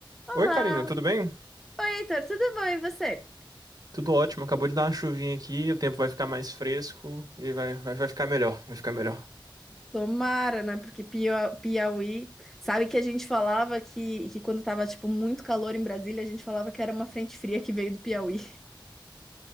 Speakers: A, in the centre; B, on the right (about 50°).
A: Olá!
B: Oi, Karina, tudo bem?
A: Oi, Heitor, tudo bom? E você?
B: Tudo ótimo. Acabou de dar uma chuvinha aqui, o tempo vai ficar mais fresco e vai, vai, vai ficar melhor, vai ficar melhor.
A: Tomara, né? Porque Pia- Piauí. Sabe que a gente falava que, que quando tava, tipo, muito calor em Brasília, a gente falava que era uma frente fria que veio do Piauí.